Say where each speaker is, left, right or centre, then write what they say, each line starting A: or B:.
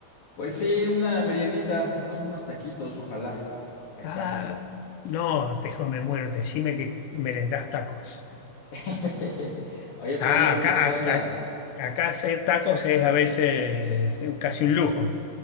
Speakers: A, on the left; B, on the left.
A: Pues sí, una meriendita, unos buenos taquitos, ojalá, acá.
B: Ah, no, te jo- me muero, decime que merendás tacos.
A: <laughs> Oye, Pablo,
B: Ah, acá,
A: pues ¿qué
B: acá,
A: onda?
B: acá hacer tacos es a veces casi un lujo.